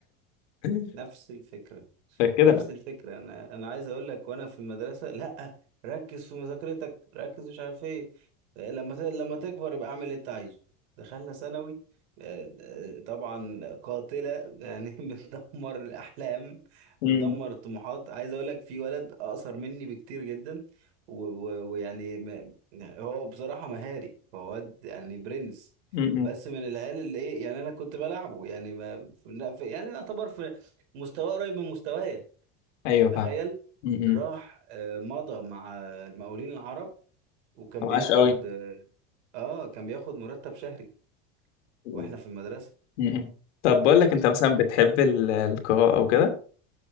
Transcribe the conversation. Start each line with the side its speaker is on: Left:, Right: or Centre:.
Left: <laughs>
Right: نفس الفكرة
Left: فكده
Right: نفس
Left: بقى
Right: الفكرة أنا أنا عايز أقول لك وأنا في المدرسة لأ ركز في مذاكرتك ركز مش عارف إيه لما ت... لما تكبر يبقى اعمل اللي أنت عايزه دخلنا ثانوي آه، آه، طبعا قاتلة يعني <laughs> بتدمر الأحلام
Left: م-
Right: بتدمر الطموحات عايز أقول لك في ولد أقصر مني بكتير جدا و- و- ويعني ما... يعني هو بصراحة مهاري هو واد يعني برنس
Left: م-
Right: بس
Left: م.
Right: من العيال اللي إيه يعني أنا كنت بلعبه يعني ما... في... يعني يعتبر في مستواه قريب من مستوايا
Left: ايوه
Right: تخيل
Left: فاهم م-
Right: راح
Left: م.
Right: آه، مضى مع المقاولين العرب وكان
Left: ما معاش
Right: بياخد
Left: قوي
Right: اه آه، كان بياخد مرتب شهري
Left: م-
Right: واحنا في المدرسة
Left: م. طب بقول لك انت مثلا بتحب ال- القراءه وكده